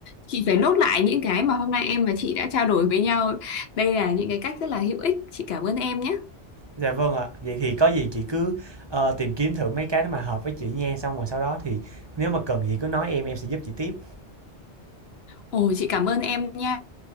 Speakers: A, on the left (about 60°); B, on the right (about 25°).
A: chị phải nốt lại những cái mà hôm nay em và chị đã trao đổi với nhau đây là những cái cách rất là hữu ích chị cảm ơn em nhé
B: Dạ vâng ạ. Vậy thì có gì chị cứ, ờ, tìm kiếm thử mấy cái đó mà hợp với chị nha, xong rồi sau đó thì nếu mà cần gì cứ nói em, em sẽ giúp chị tiếp.
A: ồ chị cảm ơn em nha